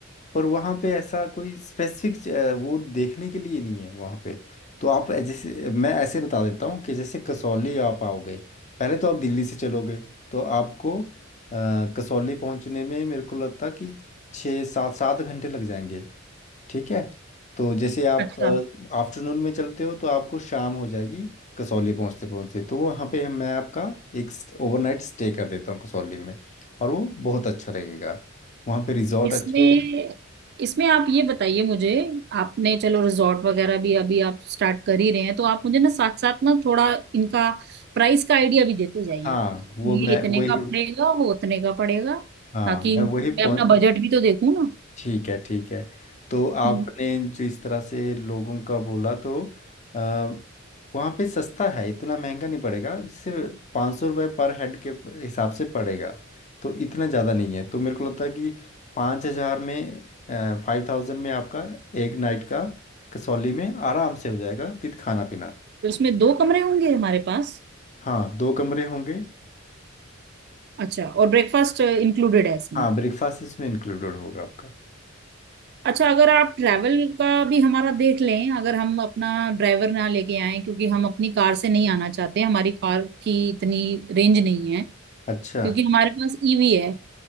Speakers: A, on the left; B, on the right.
A: पर वहाँ पे ऐसा कोई स्पेसिफिक वो देखने के लिए नहीं है वहाँ पे तो आप जैसे मैं ऐसे बता देता हूँ कि जैसे कसौली आप आओगे पहले तो आप दिल्ली से चलोगे तो आपको अ, कसौली पहुँचने में मेरे को लगता कि छः सात सात घंटे लग जाएंगे ठीक है तो जैसे आप
B: अच्छा
A: आफ्टरनून में चलते हो तो आपको शाम हो जाएगी कसौली पहुंचते पहुंचते तो वहाँ पे हम मैं आपका एक ओवरनाइट स्टे कर देता हूँ कसौली में और वो बहुत अच्छा रहेगा वहाँ पे रिजॉर्ट
B: इसमें
A: अच्छे हैं
B: इसमें आप ये बताइए मुझे आपने चलो रिजॉर्ट वगैरह भी अभी आप स्टार्ट कर ही रहे हैं तो आप मुझे ना साथ साथ ना थोड़ा इनका प्राइस का आइडिया भी देते जाइए
A: हाँ वो
B: ये
A: मैं
B: इतने
A: वही
B: का पड़ेगा वो उतने का पड़ेगा
A: हाँ
B: ताकि
A: मैं वही
B: मैं
A: पहुँच
B: अपना बजट भी तो देखूँ ना
A: ठीक है ठीक है तो आपने
B: हम्म,
A: जो इस तरह से लोगों का बोला तो आ, वहाँ पे सस्ता है इतना महंगा नहीं पड़ेगा जैसे पाँच सौ रुपये पर हेड के हिसाब से पड़ेगा तो इतना ज़्यादा नहीं है तो मेरे को लगता है कि पाँच हज़ार में फाइव थाउजेंड में आपका एक नाइट का कसौली में आराम से हो जाएगा विद खाना पीना
B: तो इसमें दो कमरे होंगे हमारे पास
A: हाँ दो कमरे होंगे
B: अच्छा और ब्रेकफास्ट इंक्लूडेड है इसमें
A: हाँ ब्रेकफास्ट इसमें इंक्लूडेड होगा आपका
B: अच्छा अगर आप ट्रैवल का भी हमारा देख लें अगर हम अपना ड्राइवर ना लेके आए क्योंकि हम अपनी कार से नहीं आना चाहते हमारी कार की इतनी रेंज नहीं है
A: अच्छा
B: क्योंकि हमारे पास ईवी है